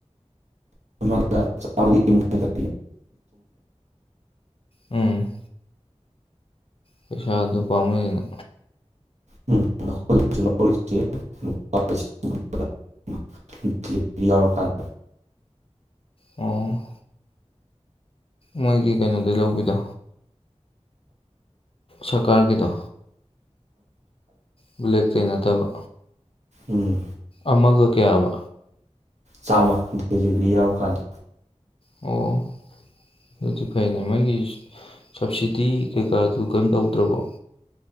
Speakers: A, on the right; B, on the left.
A: <inaudible>
B: ꯎꯝꯝ ꯄꯩꯁꯥꯗꯨ ꯄꯥꯝꯃꯨꯏꯅꯥ
A: ꯎꯝ <unintelligible> <inaudible> ꯌꯥꯎꯔ ꯀꯥꯟ
B: ꯑꯣ ꯃꯣꯏꯒꯤ ꯀꯩꯅꯣꯗꯩ ꯂꯧꯕꯤꯗꯣ ꯁꯔꯀꯥꯔꯒꯤꯗ ꯕꯨꯂꯦꯛ ꯀꯟꯅꯗꯕ
A: ꯎꯝ
B: ꯑꯃꯒ ꯀꯌꯥꯕ
A: ꯆꯥꯝꯃ ꯗꯦꯂꯤꯕꯔꯤ ꯌꯥꯎꯔꯀꯥꯟꯗ
B: ꯑꯣ ꯑꯗꯨꯗꯤ ꯐꯩꯅꯦ ꯃꯣꯏꯒꯤ ꯁꯞꯕꯁꯤꯗꯤ ꯀꯩꯀꯥꯗꯨ ꯀꯔꯤꯝ ꯇꯧꯗ꯭ꯔꯕꯣ